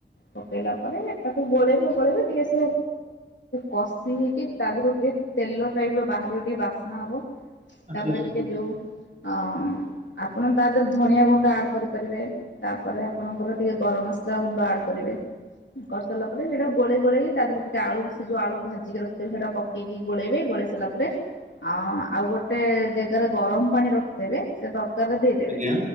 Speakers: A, on the left; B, on the right.
A: ପକେଇଲା ପରେ ତାକୁ ଗୋଳେଇବେ, ଗୋଳେଇବେ ଟିକେ ସେ କଷି ହେଇକି ତା ଦେହରୁ ଟିକେ ତେଲ ଟାଇପ ର ବାହାରିବ ଟିକେ ବାସ୍ନା ହବ
B: ଆଚ୍ଛା
A: ତାପରେ
B: ଆଚ୍ଛା
A: ଟିକେ ଯୋଉ ଅ ଆପଣ ତା ଦେହରେ ଧଣିଆ ଗୁଣ୍ଡ ଆଡ୍ କରିପାରିବେ। ତାପରେ ଆପଣଙ୍କର ଟିକେ ଗରମ ମସଲା ଗୁଣ୍ଡ ଆଡ୍ କରିବେ। କରିସାରଲା ପରେ ସେଟା ଗୋଳେଇ ଗୋଳେଇ ତା ଦେରେ ଟିକେ ଆଳୁ ସେ ଯଉ ଆଳୁ ଭାଜିି ରଖିଥିବେ ସେଟା ପ କେଇକି ଗୋଳେଇବେ, ଗୋଳେଇ ସାରିଲା ପରେ ଆ ଆଉ ଗୋଟେ ଯେଗାରେ ଗରମ ପାଣି ରଖିଥିବେ ସେ ତ କାରୀ ରେ ଦେଇଦେବେ,
B: ଆଜ୍ଞା